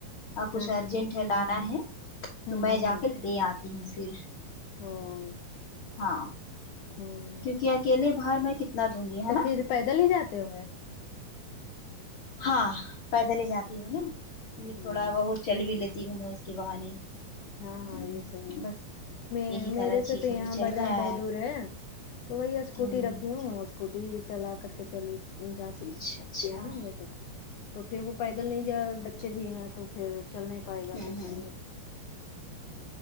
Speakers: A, on the left; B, on the left.
A: اور کچھ
B: ہاں ہاں
A: ارجینٹ
B: ہاں
A: ہے لانا ہے
B: ہوں
A: تو میں
B: ہوں
A: جا
B: ہوں
A: کے لے آتی ہوں پھر
B: او
A: ہاں
B: ہوں
A: کیونکہ اکیلے باہر میں کتنا دوں گی ہے
B: تو
A: نا
B: پھر پیدل ہی جاتے ہوں گے
A: ہاں پیدل ہی جاتی ہوں نا
B: ہ
A: تھوڑا بہت چل بھی لیتی ہوں میں اس کے بہانے
B: ہاں ہاں
A: ہ
B: یہ صحیح ہے
A: بس
B: میں
A: یہی سارا
B: میرے
A: چیز
B: سے تو یہاں
A: ابھی چل
B: بازار
A: رہا
B: بہت دور ہے تو وہی اسکوٹی
A: ہ
B: رکھی ہوں اور اسکوٹی چلا کر کے چلی جا
A: اچھا اچھا
B: ہے نا ایک تو پھر وہ پیدل نہیں جائے بچے بھی ہیں تو پھر چل نہیں پائے گا
A: ہوں
B: تو اس
A: ہوں
B: لیے